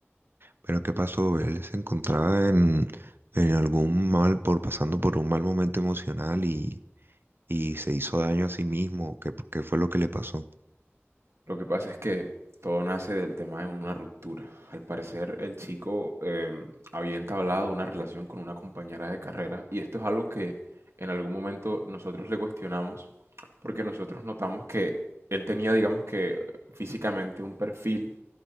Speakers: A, on the right; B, on the right.
A: Pero ¿qué pasó? Él se encontraba en, en algún mal, por pasando por un mal momento emocional y, y se hizo daño a sí mismo. ¿Qué, qué fue lo que le pasó?
B: Lo que pasa es que todo nace del tema de una ruptura. Al parecer, el chico em, había entablado una relación con una compañera de carrera y esto es algo que en algún momento nosotros le cuestionamos porque nosotros notamos que él tenía, digamos que físicamente un perfil